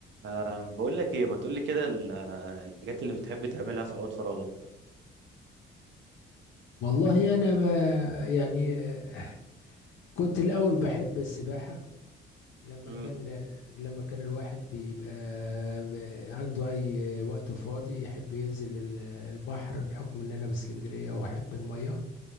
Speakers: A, on the right; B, on the left.
A: أه بقول لك ايه ما تقول لي كده ال- آه، الحاجات اللي بتحب تعملها في اوقات فراغك
B: والله انا ما يعني آه، كنت الاول بحب السباحه لما
A: امم
B: كان لما كان الواحد بيبقى آه، عنده اي وقت فاضي يحب ينزل ال- البحر بحكم ان انا باسكندريه واحب الميه